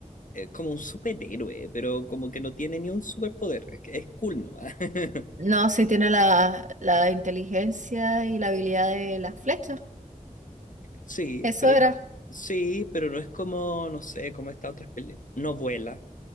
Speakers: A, on the left (about 70°); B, on the right (about 65°).
A: es como un superhéroe, pero como que no tiene ni un superpoder. Es, que es cool nomás. <laughs>
B: No, sí tiene la, la inteligencia y la habilidad de las flechas.
A: Sí,
B: Eso
A: pero
B: era.
A: sí, pero no es como, no sé, como esta otra película. No vuela,